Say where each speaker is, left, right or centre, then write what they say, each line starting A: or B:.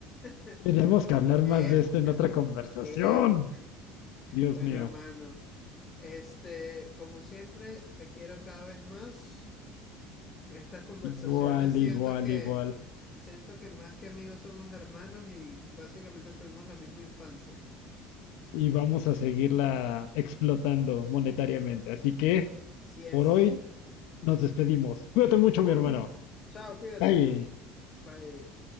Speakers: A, on the left; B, on the left.
A: <laughs>
B: Tenemos que hablar
A: Qué
B: más de
A: época,
B: esto en otra conversación.
A: qué época.
B: Dios
A: Bueno,
B: mío.
A: hermano, este, como siempre, te quiero cada vez más. Estas conversaciones
B: Igual,
A: siento
B: igual,
A: que
B: igual.
A: siento que más que amigos somos hermanos y básicamente tuvimos la misma infancia.
B: y vamos a seguirla explotando monetariamente. Así que
A: Sí es.
B: por hoy nos despedimos. Cuídate mucho,
A: ¡Woo!
B: mi hermano.
A: Chao, cuídate.
B: Bye.
A: Bye.